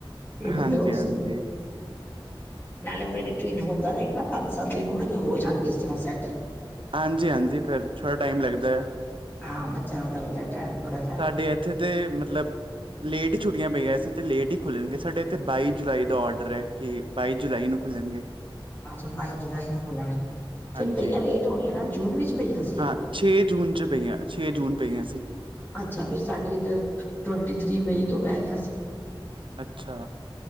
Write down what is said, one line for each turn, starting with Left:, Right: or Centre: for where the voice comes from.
Left: ਫਿਰ
Right: ਹਾਂਜੀ
Left: ਬੜੇ ਹੋ <unintelligible>
Right: ਹਾਂਜੀ
Left: ਸੀ ਨਾਲੇ ਹੁ ਟਨ ਹੁੰਦਾ ਰਹਿ ਬੰ <unintelligible> ਸਬ ਠੀਕ ਹੋਣਗੇ ਹੋ ਜਾਣਗੇ ਸੇ ਸੈੱਟ।
Right: ਹਾਂਜੀ, ਹਾਂਜੀ ਫਿਰ ਥੋੜ੍ਹਾ ਟਾਈਮ ਲੱਗਦਾ ਹੈ।
Left: ਹਾਂ, ਬੱਚਿਆਂ ਨੂੰ ਲੱਗਦਾ ਟਾਈਮ ਥੋੜ੍ਹਾ ਜਿਹਾ।
Right: ਸਾਡੇ ਇੱਥੇ ਤੇ ਮਤਲਬ ਲੇਟ ਹੀ ਛੁੱਟੀਆਂ ਪਈਆ ਸੀ ਤੇ ਲੇਟ ਹੀ ਖੁੱਲ੍ਹਣਗੇ ਸਾਡੇ ਇੱਥੇ ਬਾਈ ਜੁਲਾਈ ਦਾ ਔਡਰ ਹੈ। ਕਿ ਬਾਈ ਜੁਲਾਈ ਨੂੰ ਖੁੱਲਣਗੇ।
Left: ਅੱਛਾ, ਬਾਈ ਜੁਲਾਈ ਨੂੰ ਖੁੱਲਣਗੇ। ਫੇਰ
Right: ਹਾਂਜੀ
Left: ਪਈਆਂ ਲੇਟ ਹੋਣੀਆਂ ਨਾ ਜੂਨ ਵਿੱਚ ਪਈਆਂ ਸੀ।
Right: ਹਾਂ ਛੇ ਜੂਨ ਚ 'ਪਈਆਂ ਛੇ ਜੂਨ ਪਈਆਂ ਸੀ।
Left: ਅੱਛਾ, ਫਿਰ ਸਾਡੇ ਇੱਧਰ ਟਵੈਂਟੀ ਥ੍ਰੀ ਮਈ ਤੋਂ ਪੈ ਗਿਆ ਸੀ।
Right: ਅੱਛਾ।